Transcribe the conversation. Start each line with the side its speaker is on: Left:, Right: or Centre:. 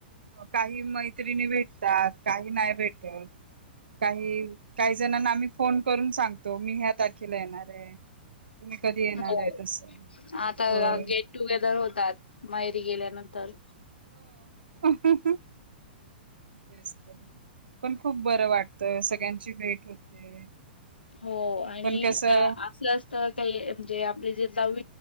Right: काही मैत्रिणी भेटतात काही नाही भेटत काही काही जणना आम्ही फोन करून सांगतो मी ह्या तारखेला येणार आहे तुम्ही कधी येणार
Left: हो
Right: आहे तस
Left: आता
Right: होय
Left: गेट टुगेदर होतात मायरी गेल्यानंतर
Right: ह ह तेस्त पण खूप बरं वाटतं सगळ्यांची भेट होते
Left: हो आणि
Right: पण कसं
Left: असलं असत काही म्हणजे आपले जे जाऊ